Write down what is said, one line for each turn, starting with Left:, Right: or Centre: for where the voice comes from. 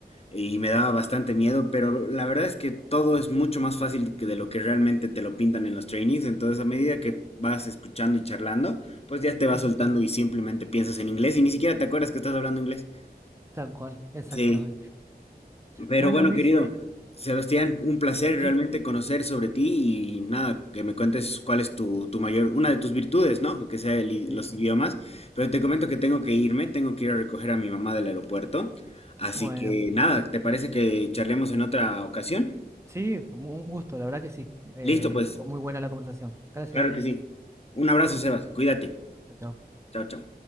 Left: Y me daba bastante miedo, pero la verdad es que todo es mucho más fácil que de lo que realmente te lo pintan en los trainings. Entonces, a medida que vas escuchando y charlando, pues ya te vas
Right: y
Left: soltando
Right: sí,
Left: y simplemente piensas en inglés y ni siquiera te acuerdas que estás hablando inglés.
Right: tal cual, exactamente.
Left: Sí. Pero
Right: Bueno,
Left: bueno,
Right: Luis,
Left: querido
Right: eh,
Left: Sebastián, un placer
Right: sí,
Left: realmente conocer sobre ti y nada, que me cuentes cuál es tu, tu mayor, una de tus virtudes, ¿no? Que sea el i-
Right: sí,
Left: los idiomas. Pero te comento que tengo que irme, tengo que ir a recoger a mi mamá del aeropuerto. Así
Right: bueno,
Left: que nada, ¿te parece que charlemos en otra ocasión?
Right: sí, un un gusto, la verdad que sí. Eh,
Left: Listo, pues,
Right: estuvo muy buena la conversación. Gracias,
Left: claro
Right: Luis.
Left: que sí. Un abrazo, Sebas, cuídate.
Right: Chao.
Left: Chao, chao.